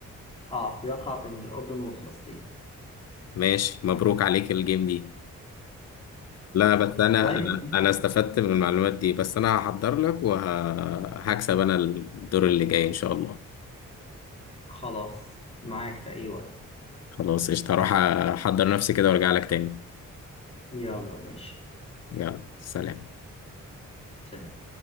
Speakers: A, on the left; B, on the left.
A: اه بيقع بين الأردن وفلسطين
B: وماشي مبروك عليك الجيم دي لا بس أنا
A: طيب
B: أنا أنا استفدت من المعلومات دي بس أنا هحضر لك وهكسب أنا الدور اللي جاي إن شاء الله
A: خلاص معاك في أي وقت
B: خلاص قشطة هروح أحضر نفسي كده وأرجع لك تاني
A: يلا ماشي
B: يلا سلام
A: سلام